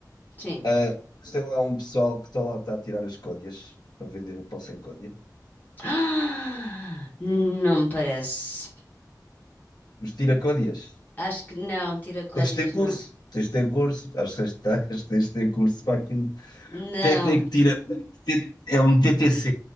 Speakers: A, on the left; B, on the left.
A: sim.
B: Ah,
A: <gasps>
B: mas tem lá um pessoal que está lá está a tirar as côdeas para vender o pão sem côdea.
A: Ah, não me parece.
B: Mas tira côdeas.
A: Acho que não, tiracódias
B: Tens de ter curso.
A: não.
B: Tens de ter curso. Acho que tens de acho que tens de ter curso para aquilo.
A: Não,
B: Técnico tira. É um TTC.